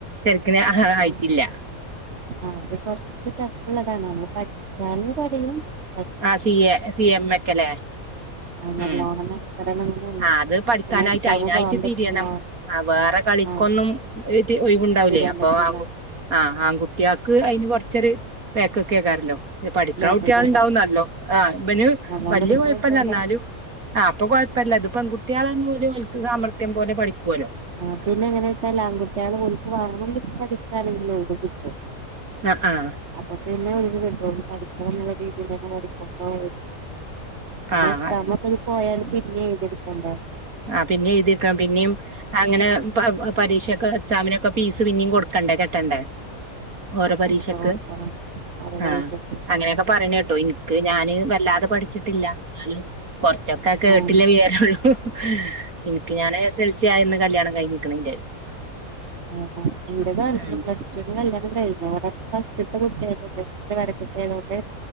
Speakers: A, on the right (about 75°); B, on the right (about 50°).
A: ഉം അഹ് ആയിട്ടില്ല
B: ആ അത് കൊറ്ച്ച് ടഫ്ള്ളതാാണ്. നമ്മള് പഠിച്ചാലും പടും '
A: ആ സി എ സി എം എക്കല്ലേ
B: ആ നല്ലോണം
A: ഉം
B: മെനക്കെടണംന്നൊന്നുല്ല
A: ആഹ് അത് പഠിക്കാനായിട്ട്
B: പിന്നെ എക്സാമ്
A: അയിതിനായിട്ട്
B: പോവാൻ പറ്റൂല
A: തിരിയണം ആ വേറെ കളിക്കൊന്നും
B: ആഹ്
A: ഒഴിവ് ഇണ്ടാവൂല്ലെ.
B: തിരാൻ
A: അപ്പൊ
B: പറ്റൂല
A: ആഹ് ആഹ് ആൺകുട്ട്യേൾക്ക് അയ്ന് കൊറച്ചൊരു വേക്ക്ക്ക് കേക്കാറില്ലോ. ഇഞ്ഞ് പഠിക്ക്ണ
B: ബാക്കിയൊക്കേക്കാരം.
A: കുട്ട്യേള് ഉണ്ടാവുന്നല്ലോ ആഹ് ഇ വന്
B: നല്ലോം
A: വല്യ
B: പഠിക്ക്ണ
A: കാഴപ്പല്ല
B: കുട്ട്യാള്
A: ഇന്നാലും ആഹ് ഇപ്പൊ കൊഴപ്പ പെൺു കുട്ടേകളെന്ന് പോലും അവക്ക് സാമർത്ഥം പോലെ പഠിക്കു ലേല്ലോ
B: ആ ഹ് പിന്നെ എങ്ങനാ ച്ചാൽ ആൺകുട്ടികള് കുക്ക് വാങ്ങന വിളിച്ച് പഠിക്കുകയാണെങ്കില കിട്ടും
A: ആഹ് ആഹ്
B: അപ്പ പി ന്നെ ഒഴിവ്. കിട്ടു. ലരുട പഠി രതി പഠിക്കുമ്പോ പി
A: ആഹ്
B: ചമക്കത്
A: അതന്നെ
B: പോയാലും പിന്നെ എഴ്തി യ് ഇട്ക്കെണ്ടെതിത്തണ്ട
A: ആ പിന്നെ എഴുതിക്കാം പിന്നെയും അങ്ങനെ പരീക്ഷൊക്കെ എക്സാമിനൊക്കെ ഫീസ് പിന്നേും കൊടുക്ക കണ്ടെ കെട്ടെണ്ടേ ഓരെ പരീക്ഷക്ക്
B: അതൊക്കെ കൊടുക്കണം ഓരോ പരീക്ഷക്ക്
A: ആഹ് അങ്ങനെയൊക്കെ പറയിനേറട്ട്യ കേട്ടോ എനിക്ക് ഞാന് വല്ലാതെ പഠിച്ചിട്ടില്ല ഇ കാര്ഷ് ഒറ്റൊക്കെ കേട്ടില്ലേ
B: ആഹ്
A: വറരള്ളൂ എനിക്ക് ഞൻ എസ് എൽ സി ആയന്ന് കല്യാണം കഴിഞ്ഞിക്കണെന്റെ
B: ആഹ് ഇന്തെയ്തും ന്റഅ
A: ഉം
B: <unintelligible> പ്ലസ് തുന് തയ്യാപത് ഫസ്റ്റ്ത്തെ കുട്ട്യാതോണ്ട് ഫസ്റ്റ് ത്തെ പേരക്കുട്ട്യായ്തോണ്ട്